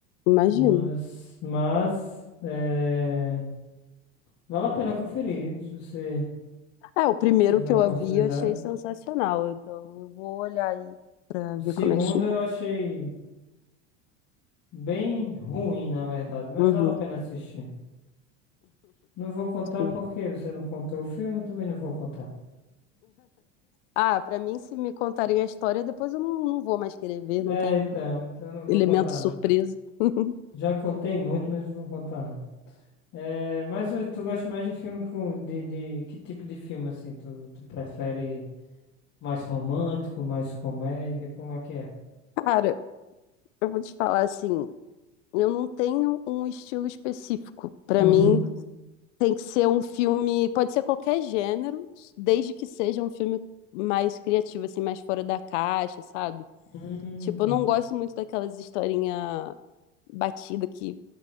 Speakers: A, on the left; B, on the left.
A: Imagino.
B: Mas, mas é, vale a pena conferir, se você
A: É, o primeiro
B: tiver
A: que
B: a oportunidade.
A: eu vi eu achei sensacional, então eu vou olhar aí pra
B: O
A: ver
B: segundo
A: como é que ficou.
B: eu achei bem ruim, na verdade, mas
A: Uhum.
B: vale a pena assistir. Não vou contar
A: Sim.
B: porque você não contou o filme, eu também não vou contar.
A: Ah, pra mim, se me contarem a história, depois eu não, não vou mais querer ver, não
B: É,
A: tem
B: então, então eu não vou
A: elemento
B: contar
A: surpresa.
B: não.
A: <laughs>
B: Já contei muito, mas não vou contar não. É, mas o- tu gosta mais de filme com, de, de que tipo de filme assim? Tu, tu prefere Mais romântico, mais comédia, como é que é?
A: Cara, eu vou te falar assim, eu não tenho um estilo específico. Para
B: Uhum.
A: mim, tem que ser um filme, pode ser qualquer gênero, desde que seja um filme mais criativo, assim, mais fora da caixa, sabe?
B: Hum.
A: Tipo, eu não gosto muito daquelas historinha batida que